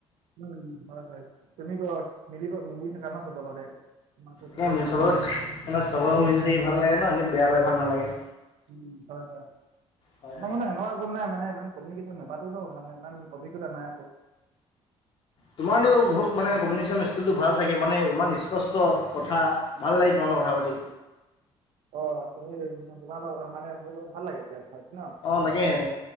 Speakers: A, on the right; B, on the left.
A: উম হয় হয় তুমি ক মিলিব মিলি থাকা নহ চব লগতে। তোমাকতো চবেই
B: এ মিল
A: ভাল
B: চবৰত
A: পায় ন
B: মানে চবৰে লগত মিলি থাকি ভাল লাগে ন এনেই বেয়া পাই ভাল নালাগে।
A: উম হয় হয়।
B: হয়
A: আমাৰ
B: হয়।
A: মানে সেনেকোৱা কোনো নাই মানে ইমান কমউনিকেশ্যন নাপাটো ত মানে ইমান অভিজ্ঞতা নাই ক।
B: তোমাৰতো বহুত মানে কমিউনিকেশ্যন স্কিলটো ভাল চাগে মানে ইমান স্পষ্ট কথা। ভাল লাগি তোমাল লগত কথা পাতি।
A: অ তুমি <unintelligible> তোমা লগত মানে মোৰ লগত ভাল লাগে এতিয়া থাক- ন
B: অঁ তাকে